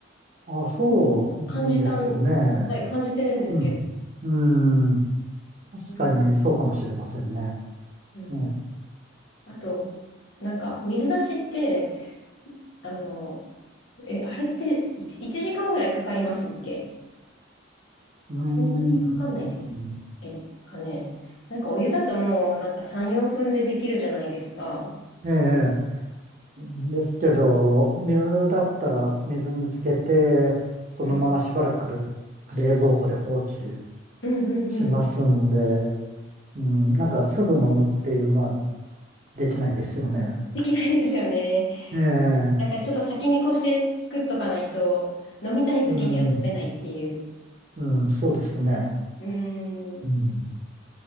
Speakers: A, on the right; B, on the left.
A: あ、そうですね。
B: そう感じたん、はい、感じてるんですけ
A: うん。うん。確かにそうかもしれませんね。
B: ど。うんうん、
A: ええ、
B: あと、なんか水出しって、あの、え、あれって1、一時間ぐらいかかりますっけ
A: う
B: そんなにかかんないです。
A: ん。
B: けんかね。なんかお湯だともうなんか3、4分でできるじゃないですか。
A: ええ。ですけど、水だったら水につけて、そのまましばらく
B: うん。
A: 冷蔵庫で放置
B: うんうんうん。
A: しますんで、うん、なんかすぐ飲むっていうのはできないですよね。
B: できないですよね。
A: ええ、
B: なんからちょっと先見越して作っとかないと、飲みたい時には飲めないっていう。
A: うん、うん、そうですね。
B: うー
A: うん、
B: ん。